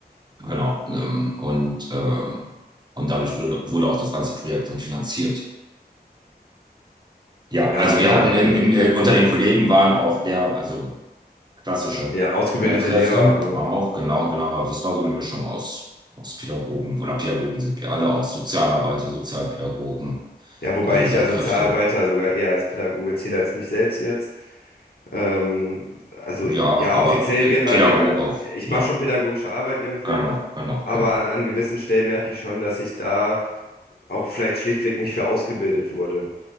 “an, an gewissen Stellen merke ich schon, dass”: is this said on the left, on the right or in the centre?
Left